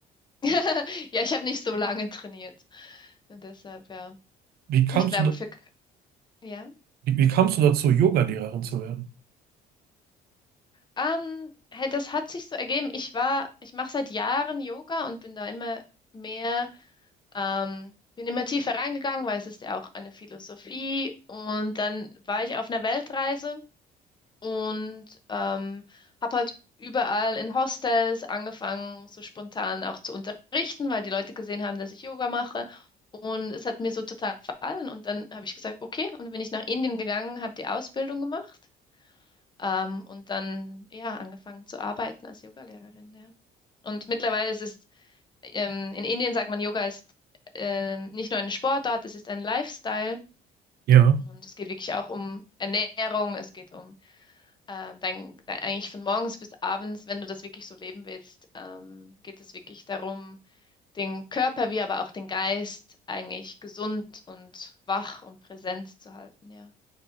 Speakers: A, on the left; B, on the right.
A: <laughs> ja, ich habe nicht so lange trainiert. Und deshalb, ja.
B: Wie kamst
A: Ich glaube,
B: du, da,
A: für, ja.
B: wie, wie kamst du dazu, Yoga-Lehrerin zu werden?
A: Ähm, hey, das hat sich so ergeben. Ich war, ich mache seit Jahren Yoga und bin da immer mehr Ähm, bin immer tiefer reingegangen, weil es ist ja auch eine Philosophie. Und dann war ich auf einer Weltreise und ähm, habe halt überall in Hostels angefangen, so spontan auch zu unterrichten, weil die Leute gesehen haben, dass ich Yoga mache. Und es hat mir so total gefallen. Und dann habe ich gesagt, okay, und bin ich nach Indien gegangen, habe die Ausbildung gemacht. Ähm, und dann, ja, angefangen zu arbeiten als Yogalehrerin, ja. Und mittlerweile ist es ähm, in Indien sagt man, Yoga ist ähm, nicht nur eine Sportart, es ist ein Lifestyle.
B: Ja,
A: Und es geht wirklich auch um Ernährung, es geht um ähm, dein, dein, eigentlich von morgens bis abends, wenn du das wirklich so leben willst, ähm, geht es wirklich darum, den Körper wie aber auch den Geist eigentlich gesund und wach und präsent zu halten. Ja,